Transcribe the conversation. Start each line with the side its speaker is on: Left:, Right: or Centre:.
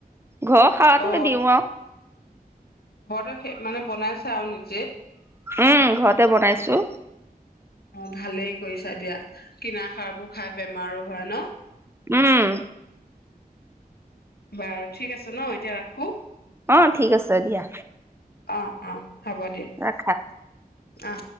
Right: ঘৰ খাৰটোতে
Left: অ
Right: দিওঁ আৰু।
Left: ঘৰতে মানে বনাইছো আৰু নিকি?
Right: উম, ঘৰতে বনাইছো।
Left: অ', ভালেই কৰিছা দিয়া, কিনা সাৰবোৰ খাই বেমাৰো হয় ন' ।
Right: উম।
Left: বাৰু ঠিক আছে ন', এতিয়া ৰাখো?
Right: অ ঠিক আছে দিয়া।
Left: অ', অ'। হ'ব দিয়া,
Right: ৰাখা
Left: অ'।